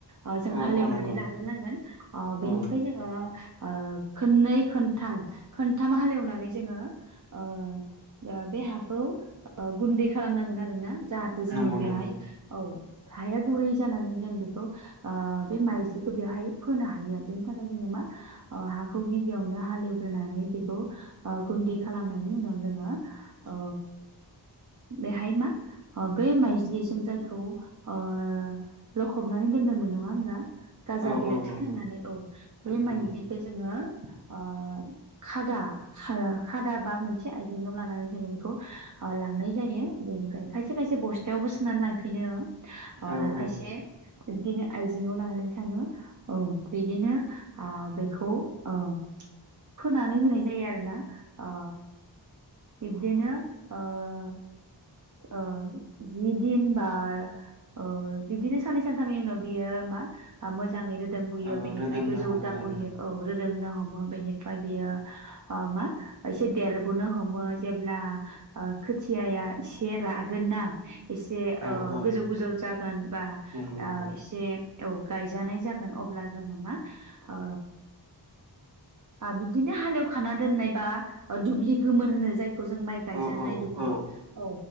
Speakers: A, on the right; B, on the right.
A: अ जों
B: औ
A: हालेवनानै
B: औ नंगौ
A: लाग्रोनांगोन अ बेनिफाय
B: औ
A: जोङो ओ खोननै खोनथाम खोनथाम हालेवनानै जोङो ओ ओ बे हाखौ ओ गुन्दै खालामनांगोन आरोना। जाहाथे जोङो
B: नंगौ
A: बेहाय
B: नंगौ
A: औ। हाया गुरै जानानै जों बेखौ ओ बे माइज्लिखौ बेवहाय फोनो हायो। बेनि थाखाय जोङो मा ओ हाखौ गिबियावनो हालेवग्रोनानै बेखौ ओ गुन्दै खालामनायनि उनाव जोङो ओ बेहाय मा बे माइज्लिजों जायखौ ओ लखबनानै दोन्दोंमोन नङा होमब्ला? गाजा
B: औ
A: बेरथो
B: औ नंगौ
A: होननानै औ बे
B: नंगौ
A: माइदिखो जोङो अ खादा खा खादा बा मोनसे आइजें आव लानानै जोङो ओ बेखौ लांनाय जायो बेनिफ्राय खायसे खायसे बस्थायावबो सोनानै लांफिनो आरो
B: औ
A: खायसे
B: औ।
A: बिब्दिनो आइजें आव लानानै थाङो। औ बिदिनो आ बेखौ ओ फोनानै होनाय जायो आरोना ओ बिब्दिनो ओ ओ जि दिन बा ओ बिब्दिनो साननै सानथामनि उनाव बियो मा मोज जाङै रोदोम बुयो
B: औ
A: बेनिफ्राय
B: रोदोमनो
A: गोजौ
B: हमो
A: जाबोयो
B: आरोना
A: औ रोदोमनो हमो बेनिफ्राय बियो ओ मा एसे देरबोनो हम मो जेब्ला ओ खोथियाया एसे रागोन ना एसे ओ
B: औ औ
A: गोजौ गोजौ जागोन बा
B: नंगौ
A: आ
B: नंगौ
A: एसे औ गायजानाय जागोन अब्ला जोङो मा ओ आ बिदिनो हालेवखाना दोननाय बा ओ दुब्लि गोमोन होनो जाय खौ जों माइ गायजानाय
B: औ औ
A: दुब्लि
B: औ
A: औ